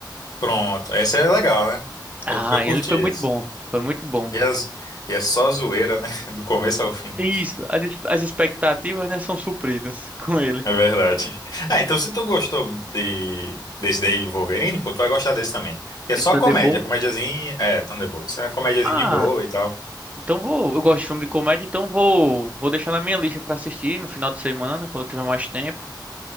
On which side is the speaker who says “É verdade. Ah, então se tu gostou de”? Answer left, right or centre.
Left